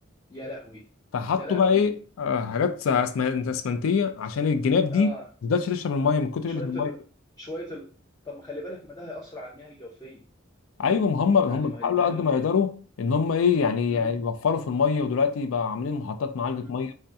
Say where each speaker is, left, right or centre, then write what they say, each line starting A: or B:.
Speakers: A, on the left; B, on the left.
A: يا لهوي
B: فحطوا
A: يا لهوي
B: بقى ايه آه، حاجات أسم- اسمنتيه عشان الجناب
A: اه
B: دي ما تقدرش تشرب الميه من كتر
A: شويه
B: قله الميه
A: ال... شويه ال... طب ما خلي بالك ما ده هيأثر على المياه الجوفيه
B: ايوه ما هم
A: يعني
B: هم بيحاولوا
A: ما هي المياه
B: قد
A: ال...
B: ما يقدروا ان هم ايه يعني
A: امم
B: يعني يوفروا في الميه ودلوقتي بقى عاملين محطات معالجه
A: امم
B: ميه